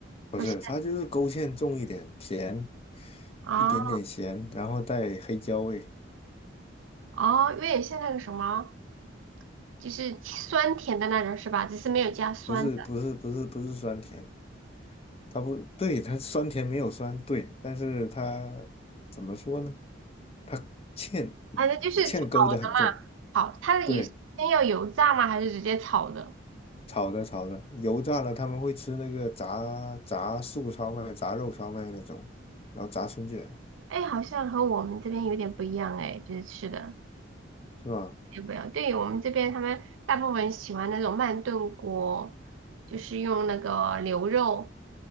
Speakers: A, on the left; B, on the right.
A: 不是，
B: 不是
A: 它就是勾芡重一点，甜
B: 啊
A: 一点点咸，然后带黑椒味，
B: 哦，有点像那个什么，就是酸甜的那种是吧？只是没有加酸的。
A: 不是不是不是不是酸甜，它不对，它酸甜没有酸，对，但是它怎么说呢？它芡
B: 反正就是炒的嘛，
A: 芡勾的很重，
B: 炒它的油先要油炸吗？
A: 对，
B: 还是直接炒的？
A: 炒的炒的，油炸了他们会吃那个炸炸素烧麦、炸肉烧麦那种，然后炸春卷。
B: 哎，好像和我们这边有点不一样哎，就是吃的。
A: 是吧？
B: 也不要。对，我们这边他们大部分喜欢那种慢炖锅，就是用那个牛肉，